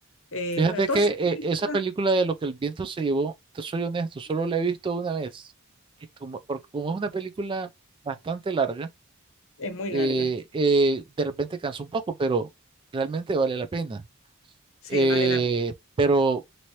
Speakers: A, on the left (about 65°); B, on the right (about 25°).
A: eh,
B: Fíjate
A: bueno, todas
B: que
A: esas
B: eh,
A: películas
B: esa película de lo que el viento se llevó, te soy honesto, solo la he visto una vez. Y Como, porque como es una película bastante larga,
A: es muy
B: eh,
A: larga.
B: eh, de repente cansa un poco, pero realmente vale la pena.
A: Sí,
B: Eh,
A: vale la pena.
B: pero,